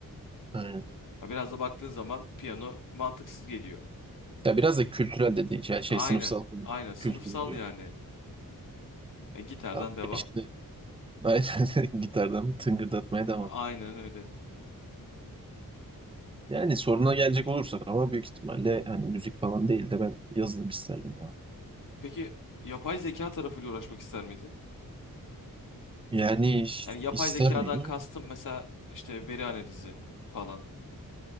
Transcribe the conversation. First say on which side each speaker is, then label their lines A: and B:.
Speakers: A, on the right; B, on the left.
A: Aynen.
B: Ya biraz da baktığın zaman piyano mantıksız geliyor.
A: Ya biraz da kültürel dediğin şey, yani şey
B: Aynen.
A: sınıfsal
B: Aynen sınıfsal
A: kültür diyor.
B: yani. E, gitardan
A: Ya
B: devam.
A: işte aynen <laughs> gitardan tıngırdatmaya devam.
B: Aynen öyle.
A: Yani soruna gelecek olursak ama büyük ihtimalle hani müzik falan değil de ben yazılım isterdim ya.
B: Peki yapay zeka tarafıyla uğraşmak ister miydin?
A: Yani
B: Yani yapay
A: ister
B: zekadan
A: miyim?
B: kastım mesela işte veri analizi falan.